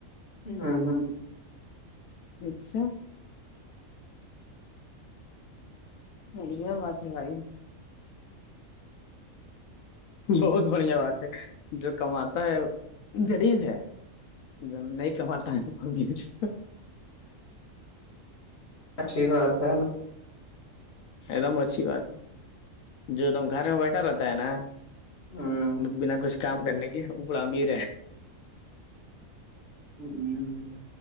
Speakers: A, on the left; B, on the left.
A: ہاں ہاں
B: اچھا باتاز ہے بھائی بہت بڑھیا بات ہے جو کماتا ہے غریب ہے نہیں کماتا ہے میر
A: اچھی بات ہے نا
B: ایک دم اچھی بات ہے جو ایک دم گھر میں بیٹھا رہتا ہے نا
A: ہوں
B: بنا کچھ کام کرنے کے وہ بڑا امیر ہے
A: <unintelligible>